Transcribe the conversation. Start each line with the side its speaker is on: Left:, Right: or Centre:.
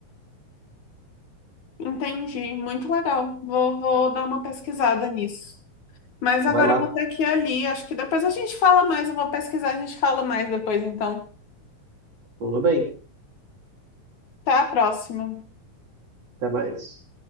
Left: Entendi, muito legal. Vou, vou dar uma pesquisada nisso. Mas
Right: Vai
Left: agora
Right: lá,
Left: eu vou ter que ir ali. Acho que depois a gente fala mais. Eu vou pesquisar, a gente fala mais depois, então.
Right: tudo bem,
Left: Até a próxima.
Right: até mais.